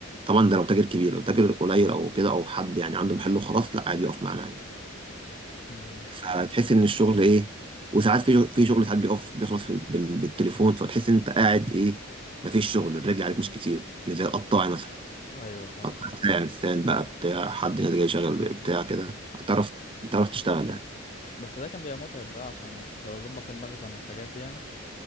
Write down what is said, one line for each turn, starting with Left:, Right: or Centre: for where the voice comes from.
Right: طبعا ده لو تاجر كبير لو تاجر قليل او كده او حد يعني عنده محل وخلاص لا عادي يقف معانا عادي
Left: مم.
Right: فتحس ان الشغل ايه وساعات في في شغل ساعات بيقف بيخلص في- بال- بالتليفون فتحس ان انت قاعد ايه ما فيش شغل الرجل عليك مش كتير مش زي القطاعي مثلا
Left: ايوه فاهم
Right: قطاع ساعة لسان بقى بتاع حد ناس جاي شغال بتاع كده هتعرف تعرف تشتغل يعني
Left: بس ده كان بيبقى متعب بقى عشان تظبط المخزن والحاجات دي يعني